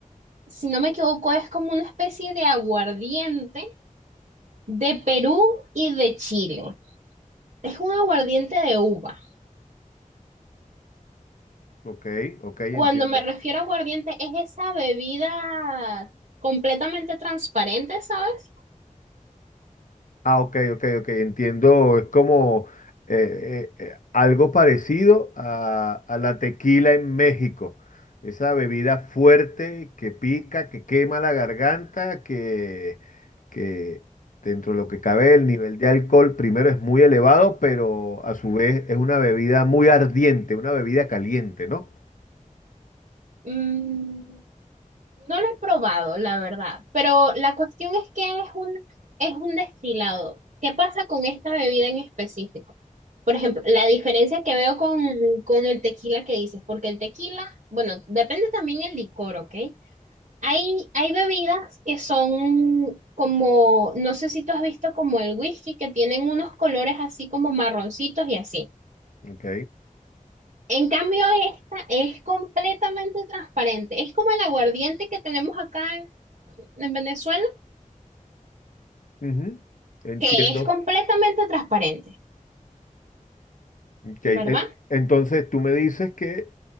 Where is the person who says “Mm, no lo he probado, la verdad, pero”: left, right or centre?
Right